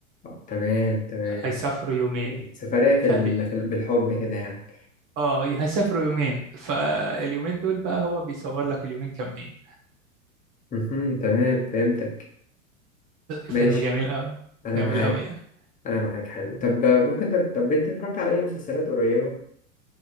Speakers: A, on the left; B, on the right.
A: آه، تمام تمام
B: هيسافروا يومين
A: سفرية في
B: فال
A: ال... في ال- بالحب كده يعني
B: اه هيسافروا يومين فاليومين دول بقى هو بيصور لك اليومين كاملين
A: مهم. تمام فهمتك ماشي
B: فيلم جميل قوي
A: انا
B: جميل
A: معاك
B: قوي يعني
A: انا معاك حلو طب ممكن تر... طب انت اتفرجت على اي مسلسلات قريبه